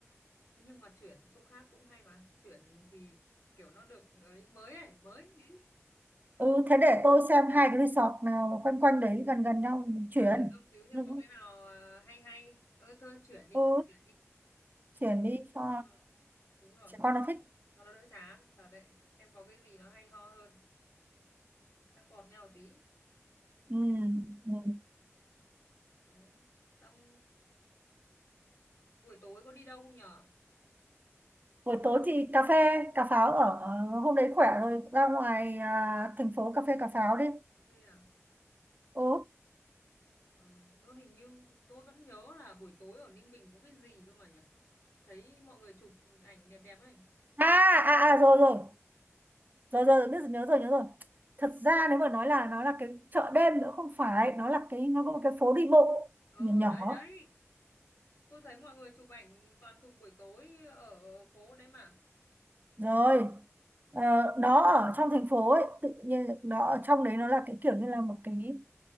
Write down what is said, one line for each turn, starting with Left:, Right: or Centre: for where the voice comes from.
Left: thế nhưng mà chuyển chỗ khác cũng hay mà chuyển thì kiểu nó được ấy mới ấy mới <laughs>
Right: ừ thế để tôi xem hai cái resort nào mà quanh quanh đấy gần gần nhau thì mình chuyển
Left: và thử nghiên cứu xem
Right: ừ
Left: có cái nào à, hay hay ơ thôi chuyển đi
Right: ừ,
Left: chuyển đi
Right: chuyển đi cho
Left: Ờ, đúng rồi
Right: trẻ con nó thích
Left: cho nó đỡ chán thật đấy xem có cái gì nó hay ho hơn khác bọt nhau tí
Right: ừ. ừ.
Left: đấy xong buổi tối có đi đâu không nhở
Right: buổi tối thì cà phê cà pháo ở hôm đấy khỏe rồi ra ngoài à, thành phố cà phê cà pháo đi
Left: chơi à
Right: ừ
Left: ờ, ơ, hình như tôi vẫn nhớ là buổi tối ở Ninh Bình có cái gì cơ mà nhở thấy mọi người chụp ảnh đẹp đẹp ấy
Right: à à à rồi rồi rồi rồi biết rồi, nhớ rồi nhớ rồi thật ra nếu mà nói là nó là cái chợ đêm nữa không phải nó là cái nó có một cái phố đi bộ
Left: ờ
Right: nhỏ nhỏ
Left: đấy đấy Tôi thấy mọi người chụp ảnh toàn chụp buổi tối ở phố đấy mà.
Right: rồi ờ, nó ở trong thành phố ấy tự nhiên nó ở trong đấy nó là cái kiểu như là một cái